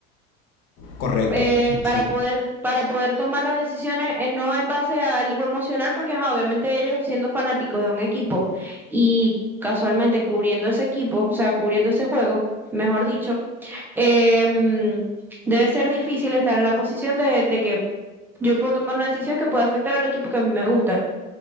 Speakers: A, on the left; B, in the centre.
A: Correcto.
B: eh,
A: Sí,
B: para
A: sí.
B: poder para poder tomar las decisiones eh, no en base a algo emocional, porque ajá, obviamente ellos siendo fanáticos de un equipo y casualmente cubriendo ese equipo, o sea, cubriendo ese juego, mejor dicho, em, debe ser difícil estar en la posición de, de que yo puedo tomar una decisión que pueda afectar al equipo que a mí me gusta.